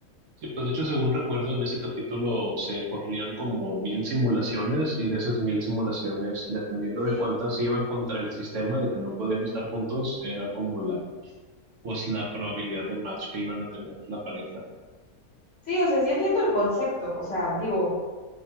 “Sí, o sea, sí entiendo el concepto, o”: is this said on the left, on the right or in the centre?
Left